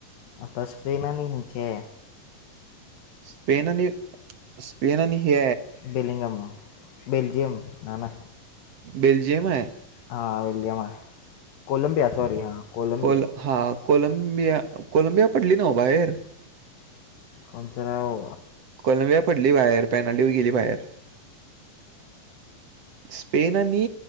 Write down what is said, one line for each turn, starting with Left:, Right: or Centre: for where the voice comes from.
Left: आता स्पननी इचे
Right: स्पेन आणि स्पेन आणि ह
Left: बेलिंगम बेलजियम ना ना
Right: बेलजियम आहे
Left: हां विलियम आहे कोलंबिया सॉरी हां कोलंबिया
Right: कोल हा कोलंबिया कोलंबिया पडली ना बाहेर
Left: कंतराव
Right: कोलंबिया पडली बाहेर पॅनाल्टी गेली बाहेर स्पेन आणि